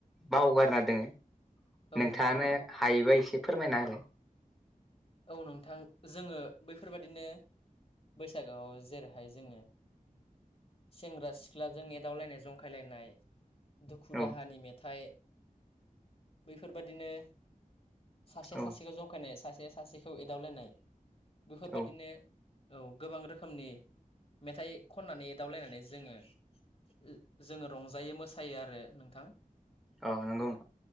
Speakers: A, in the centre; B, on the left.
A: बावगारना दोङो
B: औ
A: नोंथाङानो
B: नोंथां
A: हायोबा एसे फोरमायना होलाय
B: औ नोंथां जोङो बैफोरबायदिनो बैसागोआव जेरैहाय जोङो सेंग्रा सिख्लाजों एदावलायनाय जंखायलायनाय दुखु
A: औ
B: दाहानि मेथाइ बैफोरबायदिनो सासेया
A: औ
B: सासेखौ जंखायनाय सासे सासेखौ एदावलायनाय बेफोरबादिनो
A: औ
B: औ गोबां रोखोमनि मेथाइ खननानै एदावलायनानै जोङो ओ जोङो रंजायो मोसायो आरो नोंथां
A: अ नोंगौ नोंथां